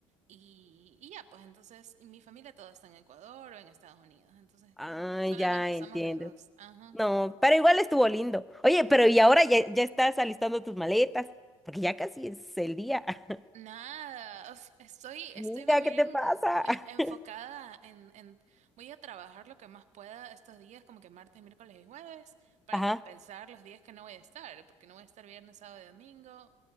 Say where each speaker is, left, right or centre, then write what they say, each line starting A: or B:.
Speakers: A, on the right; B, in the centre.
A: Y, y ya, pues entonces, y mi familia toda está en Ecuador o en Estados Unidos. Entonces,
B: ah,
A: no, solamente
B: ya entiendo.
A: somos los dos. Ajá.
B: No, pero igual estuvo lindo. Oye, pero y ahora ya, ya estás alistando tus maletas, porque ya casi es el día. <laughs>
A: Nada, o sea, estoy, estoy
B: Mira,
A: más bien
B: ¿qué te pasa?
A: e- enfocada
B: <laughs>
A: en, en, voy a trabajar lo que más pueda estos días, como que martes, miércoles y jueves, para
B: Ajá.
A: compensar los días que no voy a estar, porque no voy a estar viernes, sábado y domingo.